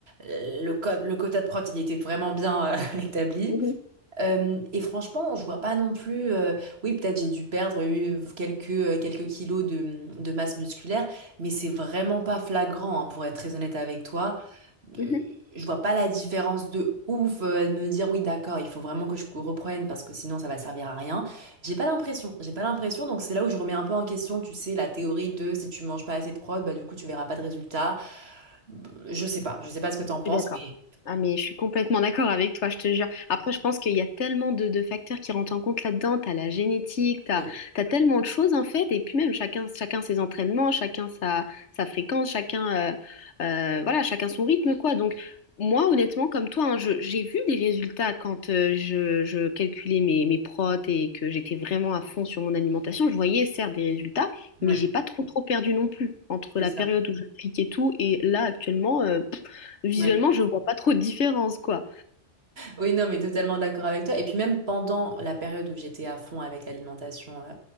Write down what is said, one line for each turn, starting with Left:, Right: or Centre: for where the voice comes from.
Right: le code, le quota de protéines était vraiment bien euh, <laughs> établi.
Left: Mhm.
Right: Euh, et franchement, je vois pas non plus. euh, oui, peut-être j'ai dû perdre euh, quelques, euh, quelques kilos de, mmh, de masse musculaire, mais c'est vraiment pas flagrant, hein, pour être très honnête avec toi.
Left: Ouais.
Right: Euh, je vois pas la différence de ouf, euh, à me dire oui, d'accord, il faut vraiment que je reprenne parce que sinon ça va servir à rien. J'ai pas l'impression, j'ai pas l'impression, donc c'est là où je remets un peu en question, tu sais, la théorie de si tu manges pas assez de prod, bah du coup tu verras pas de résultat. Mmh, Je sais pas, je sais pas ce que t'en penses,
Left: Je suis d'accord.
Right: mais
Left: Ah, mais je suis complètement d'accord avec toi, je te jure. Après, je pense qu'il y a tellement de, de facteurs qui rentrent en compte là-dedans. T'as la génétique, t'as,
Right: oui,
Left: t'as tellement de choses en fait. Et puis même, chacun, chacun ses entraînements, chacun sa, sa fréquence, chacun, euh, euh, voilà, chacun son rythme, quoi. Donc, moi, honnêtement, comme toi, hein, je- j'ai vu des résultats quand euh, je, je calculais mes, mes protes et que j'étais vraiment à fond sur mon alimentation. Je voyais, certes, des résultats,
Right: ouais,
Left: mais j'ai pas trop, trop perdu non plus entre
Right: c'est
Left: la
Right: ça.
Left: période où je cliquais tout et là, actuellement. euh, Visuellement,
Right: Ouais.
Left: je vois pas trop de différence, quoi.
Right: Oui, non, mais totalement d'accord avec toi. Et puis même pendant la période où j'étais à fond avec l'alimentation euh,